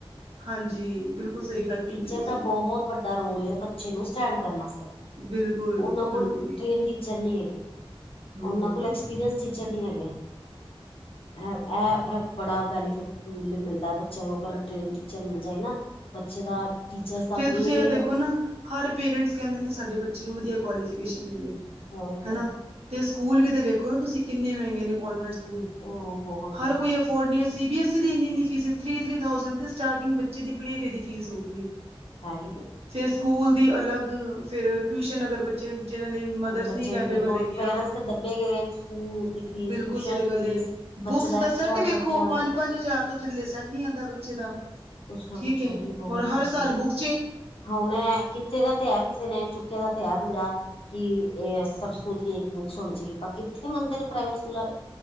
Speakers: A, on the right (about 80°); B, on the left (about 65°).
A: ਹਾਂਜੀ, ਬਿਲਕੁਲ ਸਈ
B: ਕਿਉਂਕਿ
A: ਗੱਲ ਕੀਤੀ
B: ਟੀਚਰ
A: ਤੁਸੀਂ
B: ਦਾ ਬਹੁਤ ਵੱਡਾ ਰੋਲ ਏ ਬੱਚੇ ਨੂੰ ਸਟੈਂਡ ਕਰਨ ਆਸਤੇ,
A: ਬਿਲਕੁਲ
B: ਓਨਾਂ ਕੋਲ
A: ਬਿਲਕੁਲ
B: ਟ੍ਰੇਨ ਟੀਚਰ ਨੀ ਹੈਗੇ
A: ਹੂੰ
B: ਓਨਾਂ ਕੋਲ ਐਕਸਪੀਰੀਅੰਸ ਟੀਚਰ ਨਈ ਹੈਗੇ ਐ, ਐ-ਐ ਬੜਾ ਬੈਨੀਫਿਟ ਮਿਲਦਾ ਬੱਚਿਆਂ ਨੂੰ ਅਗਰ ਟ੍ਰੇਨ ਟੀਚਰ ਮਿਲ ਜਾਏ ਨਾ ਬੱਚੇ ਦਾ ਟੀਚਰਸ ਦਾ
A: ਫੇਰ
B: ਵੇ
A: ਤੁਸੀਂ ਐ ਦੇਖੋ ਨਾ, ਹਰ ਪੇਰੈਂਟਸ ਕੈਂਦੇ ਨੇ ਸਾਡੇ ਬੱਚੇ ਨੂੰ ਵਧੀਆ ਕੁਆਲੀਫਿਕੇਸਨ ਮਿਲੇ
B: ਬਹੁਤ
A: ਹੈਨਾ, ਤੇ ਸਕੂਲ ਵੀ ਤੇ ਵੇਖੋ ਨਾ, ਤੁਸੀਂ ਕਿੰਨੇ ਮੈਂਗੇ ਨੇ ਕਨਵੈਂਟ ਸਕੂਲ
B: ਓ ਬੋਹਤ
A: ਹਰ ਕੋਈ ਅਫੋਰਡ ਨੀ ਐ, ਸੀ ਬੀ ਐੱਸ ਦੀ ਏਨੀ-ਏਨੀ ਫੀਸ ਥਰੀ- ਥਰੀ ਥਾਓਸੈਂਡ ਤੇ ਸਟਾਰਟਿੰਗ ਬੱਚੇ ਦੀ ਪਲੇ ਵੇ ਦੀ ਫੀਸ ਹੋ ਗਈ ਏ। ਹੈ
B: ਹੈਗੀ ਏ।
A: ਫੇਰ ਸਕੂਲ ਦੀ ਅਲੱਗ, ਫੇਰ ਟਿਊਸ਼ਨ ਅਗਰ ਬ ਚੇ ਜਿਨਾਂ ਦੀ ਮਦਰਸ
B: ਬੱਚੇ
A: ਨੀ ਕੈਪੇਬਲ
B: ਨੂੰ ਦੇਖੋ
A: ਹੈਗੀਆਂ,
B: ਪੇਰੈਂਟਸ ਤੇ ਦੱਬੇ ਗਏ ਸਕੂਲ ਦੀ ਫੀਸ
A: ਬਿਲਕੁਲ
B: ਟਿਊਸ਼ਨ
A: ਸਈ ਗੱਲ
B: ਫੀਸ
A: ਏ
B: ਬੱਚੇ
A: ਬੁੱਕਸ ਦਾ
B: ਐਕਸਟਰਾ
A: ਸੈੱਟ ਤੇ ਵੇਖੋ
B: ਖਰਚਾ
A: ਪੰਜ ਪੰਜ ਹਜ਼ਾਰ ਤੋਂ ਥੱਲੇ ਸੈੱਟ ਨੀ ਆਂਦਾ ਬੱਚੇ ਦਾ,
B: ਕੁਛ ਨਾ
A: ਠੀਕ
B: ਪੁੱਛੋ
A: ਏ,
B: ਜੀ ਬਹੁਤ
A: ਔਰ ਹਰ
B: ਪਰੇਸ਼ਾਨ
A: ਸਾਲ ਬੁੱਕ
B: ਹੁਣ ਐ ਕਿੱਥੇ ਦਾ ਤੇ ਹੈ, ਕਿਸੇ ਨੇ ਚੁੱਕੇਆ ਦਾ ਤੇ ਹੈ ਬੀੜਾ ਕਿ ਐ ਸਭ ਸਕੂਲ ਕੀ ਏਕ ਬੁੱਕਸ ਹੋਣੀ ਚਇਐ, ਪਰ ਕਿੱਥੇ ਮੰਨਦੇ ਨੇ ਪ੍ਰਾਈਵੇਟ ਸਕੂਲ ਵਾਲੇ